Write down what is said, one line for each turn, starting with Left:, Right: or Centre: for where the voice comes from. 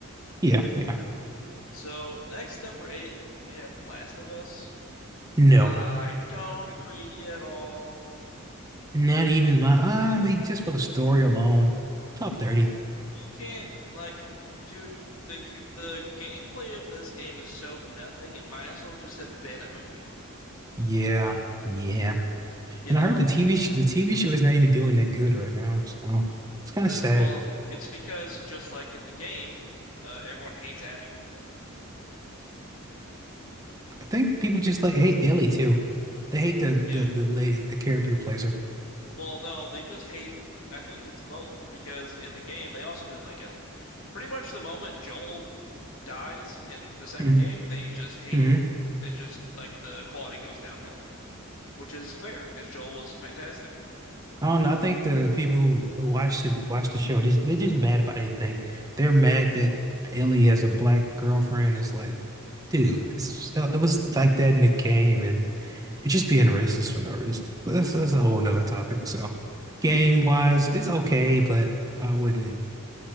Right: Yeah, yeah.
Left: So next number eight, we have Last of Us.
Right: No,
Left: I don't agree at all.
Right: not even my. um, I mean, just for the story alone, top 30.
Left: You can't like, dude. The the gameplay of this game is so nothing. It might as well just have been a movie.
Right: Yeah, yeah.
Left: You
Right: And
Left: know?
Right: I heard the TV sh the TV show is not even doing that good right now, so it's kind
Left: The,
Right: of sad.
Left: well, it's because just like in the game, uh, everyone hates Abby.
Right: I think people just like hate Ellie too. They hate the
Left: Yeah.
Right: the, the lady, the character who plays her.
Left: Well, no, they just hate. I think it's both because in the game they also didn't like Ellie. Pretty much the moment Joel dies in the second
Right: Mm-hmm.
Left: game, they just hate
Right: Mm-hmm.
Left: it. Just like the quality goes downhill, which is fair because Joel was fantastic.
Right: I don't know. I think the people who who watch who watch the show, they they're just mad about anything. They're mad that Ellie has a black girlfriend. It's like, dude, this it was like that in the game, and you're just being racist for no reason. But that's that's a whole nother topic. So, game wise, it's okay, but I wouldn't